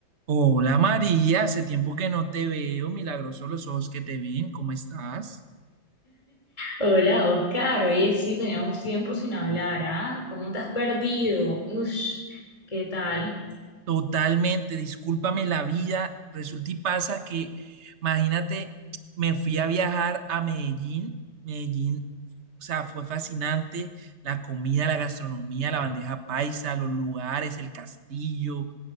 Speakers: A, on the right; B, on the left.
A: Hola María, hace tiempo que no te veo, milagroso los ojos que te ven, ¿cómo estás?
B: Hola Oscar, oye sí, teníamos tiempo sin hablar, ¿ah? ¿Cómo te has perdido? Ush, ¿qué tal?
A: Totalmente, discúlpame la vida, resulta y pasa que, imagínate, me fui a viajar a Medellín, Medellín, o sea, fue fascinante, la comida, la gastronomía, la bandeja paisa, los lugares, el castillo,